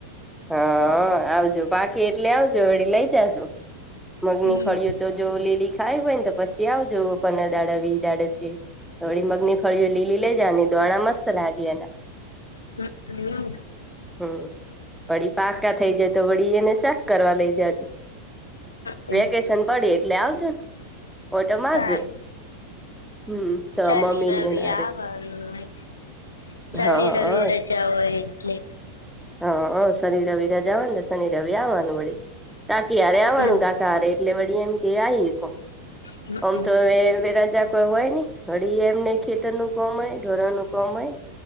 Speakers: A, in the centre; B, on the left.
A: હા આવજો પાકી એટલે આવજો વડી લઈ જજો મગની
B: હમમ
A: ફળીઓ તો જો લીલી ખાઈ હોય ને તો પછી આવજો પંદર દાડા વી‌હ દાડા છે. થોડી મગની ફળીઓ લીલી લઇ જાય દોણા મસ્ત લાગે એને
B: હમ હમ
A: હ વળી પાકા થઈ જાય તો વળી એને શાક કરવા લઇ જાયજો
B: હમમ
A: વેકેશન પડી એટલે આવજો ને ઓટો મારજો
B: સારું
A: હમ તો
B: શનિ
A: મમ્મી ની
B: રવિ
A: એના
B: આવવાનું હોય, શનિ
A: હારે
B: રવિ રજા હોય એટલે
A: હા શનિ રવિ રજા હોય નને શનિ રવિ આવવાનું વળી કાકી હરે આવવાનું
B: હમમ
A: કાકા હરે એટલે વળી એમ કે આયએ
B: હમમ
A: ઓમ તો વે વેરાજા કોઈ હોય ને હળી એમનહ ખેતર નું કોમ હોય ઢોર નું કોમ હોય